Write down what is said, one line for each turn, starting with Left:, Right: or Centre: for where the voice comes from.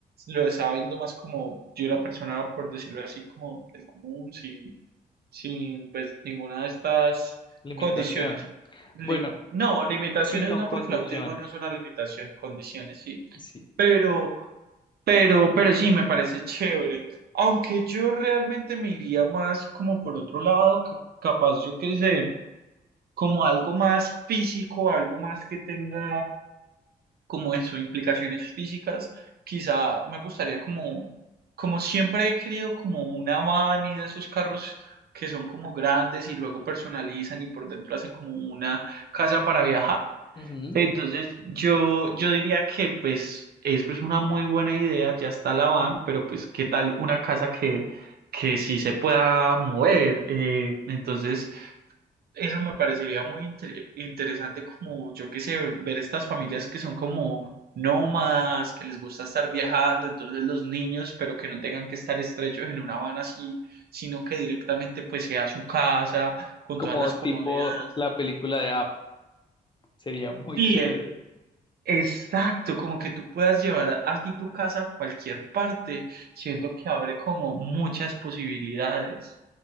Right: Lo estaba viendo más como de una persona, por decirlo así, como del común, sí sin pues ninguna de estas
Left: Limitación.
Right: condiciones. Li-
Left: Bueno,
Right: no, limitaciones
Left: sí son
Right: no,
Left: condiciones.
Right: porque el autismo no es una limitación, condiciones sí,
Left: sí.
Right: pero, pero, pero sí me parece chévere. Aunque yo realmente me iría más como por otro lado, ca- capaz yo que sé, como algo más físico, algo más que tenga como eso, implicaciones físicas, quizá me gustaría como, como siempre he querido como una van y de esos carros que son como grandes y luego personalizan y por dentro hacen como una casa para viajar.
Left: Ujú.
Right: Entonces yo, yo diría que pues es pues una muy buena idea, ya está la van, pero pues qué tal una casa que, que sí se pueda mover. Eh, entonces... Eso me parecería muy inter- interesante como, yo qué sé, ver, ver estas familias que son como nómadas, que les gusta estar viajando, entonces los niños, pero que no tengan que estar estrechos en una van así, sino que directamente pues sea su casa, con
Left: Como
Right: todas las
Left: tipo
Right: comodidades.
Left: la película de App. Sería muy
Right: Sí,
Left: chévere.
Right: eh, exacto, como que tú puedas llevar a- así tu casa a cualquier parte, siento que abre como muchas posibilidades.